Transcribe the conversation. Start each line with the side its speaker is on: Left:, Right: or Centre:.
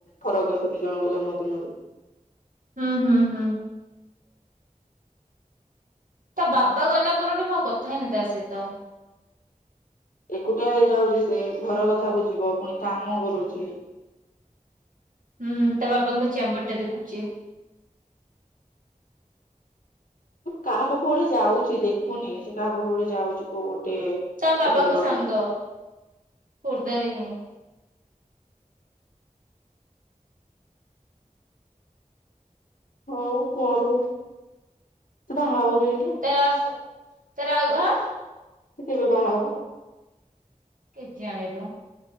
Left: ଫରକ୍ ଅଛି ଦିଇ ଜଣଙ୍କ ଜନ୍ମଦିନରେ
Right: ହୁଁ ହୁଁ ହୁଁ। ତା ବାବା ଗଲା ପରଠୁ ମୁଁ ଆଉ କଥା ହେଇନି ତାସହିତ।
Left: ଏକୁଟିଆ ହେଇଯାଉଚି ସେଘର କଥା ବୁଝିବ ପୁଣି କାମ କରୁଚି
Right: ହୁଁ ତା ବାବାଙ୍କ ଚ୍ୟାମ୍ବର୍ ଟା ଦେଖୁଚି।
Left: କାହା ପାଖକୁ ଗୋଟେ ଯାଉଚି ଦେଖୁନି ସେ କାହା ପାଖକୁ ଗୋଡେ ଯାଉଚି କଉ ଗୋଟେ
Right: ତା ବାବାଙ୍କ
Left: ଓକିଲ ପାଖକୁ
Right: ସାଙ୍ଗ ଖୋର୍ଦ୍ଧାରେ ହିଁ
Left: ହଉ କରୁ ସେ ବାହା ହବ କେବେ କିଲୋ?
Right: <unintelligible>
Left: ସେ କେବେ ବାହା ହବ?
Right: କେଜାଣି ଲ